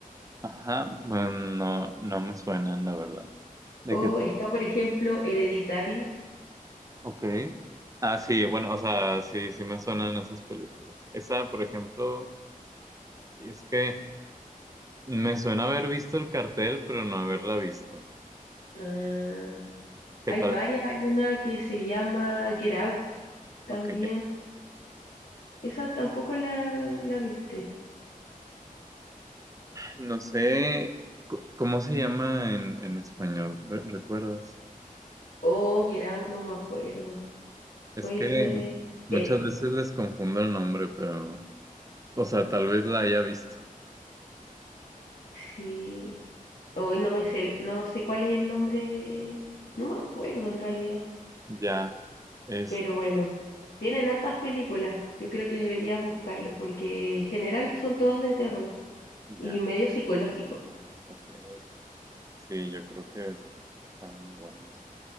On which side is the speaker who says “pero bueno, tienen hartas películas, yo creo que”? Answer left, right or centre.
Left